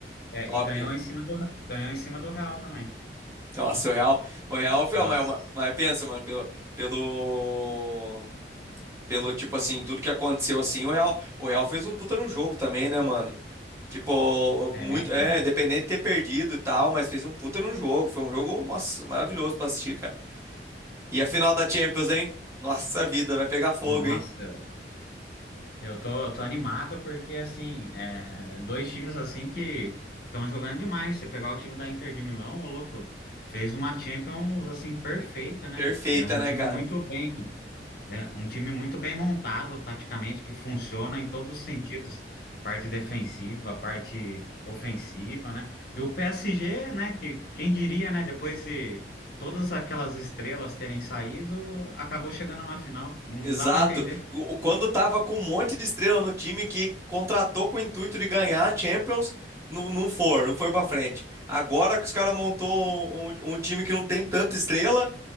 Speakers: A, on the left (about 55°); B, on the right (about 15°).
A: É,
B: top.
A: e ganhou em cima do, ganhou em cima do Real também.
B: Nossa, o Real, o Real foi
A: Nossa,
B: a maior, mas pensa, mano, pelo, pelo Pelo, tipo assim, tudo que aconteceu assim, o Real, o Real fez um puta num jogo também, né, mano? Tipo, muito,
A: é, então,
B: é, independente de ter perdido e tal, mas fez um puta num jogo. Foi um jogo, nossa, maravilhoso pra assistir, cara. E a final da Champions, hein? Nossa vida, vai pegar fogo,
A: nossa,
B: hein?
A: Eu tô, tô animado porque, assim, é, dois times, assim, que estão jogando demais. Você pegar o time da Inter de Milão, ô louco, fez uma Champions, assim, perfeita, né?
B: Perfeita,
A: É um
B: né,
A: time
B: cara?
A: muito bem, é um time muito bem montado, taticamente, que funciona em todos os sentidos. Parte defensiva, parte ofensiva, né? E o PSG, né, que quem diria, né, depois de todas aquelas estrelas terem saído, acabou chegando a uma final. Não
B: Exato.
A: dá para entender.
B: O- o- Quando tava com um monte de estrela no time que contratou com o intuito de ganhar a Champions, não, não for, não foi pra frente. Agora que os caras montou um, um um time que não tem tanta estrela,